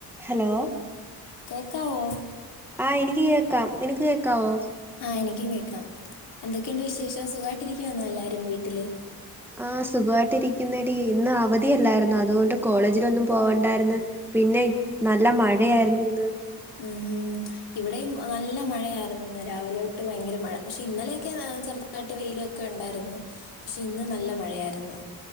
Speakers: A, in the centre; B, on the left.
A: Hello
B: ക്കാവോ
A: ആഎനിക്ക് കേക്കാം നിനക്ക് കേക്കാവോ.
B: ആ എനിക്കും കേക്കാം എന്തൊക്കെയുണ്ട് വിശേഷം സുഖമായിട്ടിരിക്കുവന്നോ എല്ലാരും വീട്ടില്.
A: ആ് സുഖമായിട്ട്ിരിക്കുന്നടി ഇന്ന് അവധിയല്ലായിരുന്നു അതുകൊണ്ട് കോളേജിലൊന്നും പോവണ്ടായിരുന്നു പിന്നെ. നല്ല മഴയായിരുന്നു ഇന്ന്.
B: ഉം ഉം ഇവിടെയും നല്ല മഴയായിരുന്നു ഇന്ന് രാവിലെ തൊട്ട് ഭയങ്കര മഴ പക്ഷെ ഇന്നലെയൊക്കെ ചെറുതായിട്ട് വെയിലൊക്കെ.. ഉണ്ടായിരുന്നു പക്ഷെ ഇന്ന് നല്ല മഴയായിരുന്നു.